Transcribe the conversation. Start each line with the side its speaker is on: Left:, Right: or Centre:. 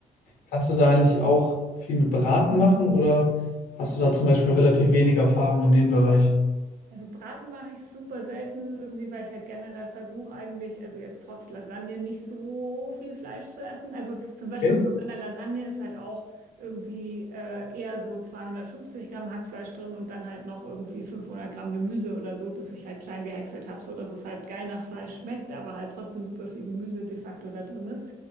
Left: Kannst du da eigentlich auch viel mit Beraten machen oder hast du da zum Beispiel noch relativ wenig Erfahrung in dem Bereich?
Right: Also Braten mache ich super selten, irgendwie, weil ich halt generell versuche eigentlich, also jetzt trotz Lasagne, nicht so viel Fleisch zu essen. Also zum Beispiel
Left: Okay.
Right: bei meiner Lasagne ist halt auch irgendwie äh, eher so 250 Gramm Hackfleisch drin und dann halt noch irgendwie 500 Gramm Gemüse oder so, dass ich halt klein gehäckselt habe, so dass es halt geil nach Fleisch schmeckt, aber halt trotzdem super viel Gemüse de facto da drin ist.